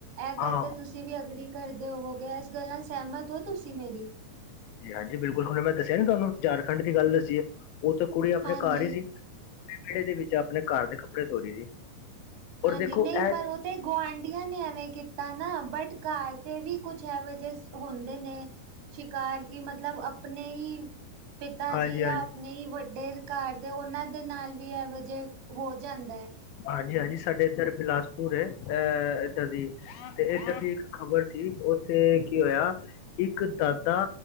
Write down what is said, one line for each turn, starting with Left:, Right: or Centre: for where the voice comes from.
Right: ਇਹ ਗੱਲ
Left: ਹਾਂ
Right: ਤਾਂ ਤੁਸੀਂ ਵੀ ਅਗਰੀ ਕਰਦੇ ਹੋਗੇ। ਇਸ ਗੱਲ ਨਾਲ ਸਹਿਮਤ ਹੋ ਤੁਸੀਂ ਮੇਰੀ?
Left: ਹਾਂਜੀ, ਬਿਲਕੁਲ ਹੁਣ ਮੈਂ ਦੱਸਿਆ ਨ ਤੁਹਾਨੂੰ, ਝਾਰਖੰਡ ਦੀ ਗੱਲ ਦੱਸੀ ਹੈ। ਓਥੇ ਕੁੜੀ ਆਪਣੇ
Right: ਹਾਂਜੀ।
Left: ਘਰ ਹੀ ਸੀ ਆਪਣੇ ਵਿਹੜੇ ਦੇ ਵਿੱਚ ਆਪਣੇ ਘਰ ਦੇ ਕੱਪੜੇ ਧੋਰੀ ਸੀ।
Right: ਹਾਂਜੀ,
Left: ਔਰ ਦੇਖੋ
Right: ਨਹੀਂ
Left: ਇਹ
Right: ਪਰ ਉਹ ਤੇ ਗੁਆਂਢੀਆਂ ਨੇ ਐਵੇਂ ਕੀਤਾ ਨਾ, ਬਟ ਘਰ ਤੇ ਵੀ ਕੁਛ ਇਹੋ ਜਿਹੇ ਹੁੰਦੇ ਨੇ ਸ਼ਿਕਾਰ ਕੀ, ਮਤਲਬ ਆਪਣੇ ਹੀ ਪਿਤਾ
Left: ਹਾਂਜੀ
Right: ਜੀ ਜਾਂ
Left: ਹਾਂਜੀ
Right: ਨਹੀਂ ਵੱਡੇ ਘਰ ਦੇ, ਉਹਨਾਂ ਦੇ ਨਾਲ ਵੀ ਇਹੋ ਜਹੇ ਹੋ ਜਾਂਦਾ ਹੈ।
Left: ਹਾਂਜੀ -ਹਾਂਜੀ, ਸਾਡੇ ਇੱਧਰ ਬਿਲਾਸਪੁਰ ਹੈ, ਅਹ ਇੱਧਰ ਦੀ ਤੇ ਇੱਦਰ ਦੀ ਇੱਕ ਖ਼ਬਰ ਸੀ, ਉੱਥੇ ਕੀ ਹੋਇਆ ਇੱਕ ਦਾਦਾ,